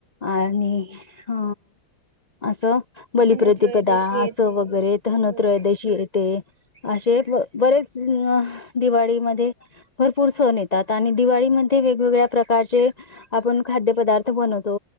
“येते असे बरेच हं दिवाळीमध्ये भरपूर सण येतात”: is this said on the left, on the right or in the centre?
Left